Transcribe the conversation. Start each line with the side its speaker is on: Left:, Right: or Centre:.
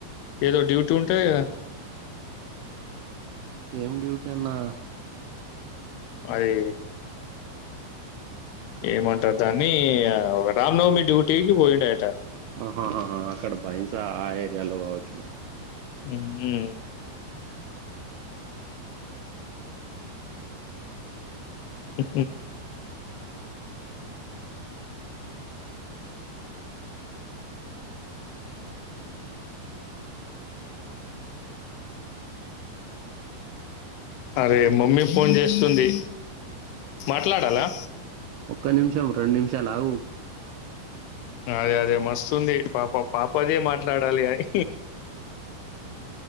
Left: ఏదో డ్యూటీ ఉంటది గద
Right: ఏం డ్యూటీ అన్నా
Left: అదీ ఏమంటర్ దాన్నీ రామ్నవమి డ్యూటీకి పోయిండయట
Right: అహాహహాహ అక్కడ బైంసా ఆ ఏరియాలో అవచ్చు మరి
Left: హుహు. ఇ అరే మమ్మీ ఫోన్ చేస్తుంది మాట్లాడాలా
Right: ఒక్క నిమిషం రెం నిమిషాలువు
Left: అదే అదే మస్తుంది పాప పాపదే మాట్లాడాలి అని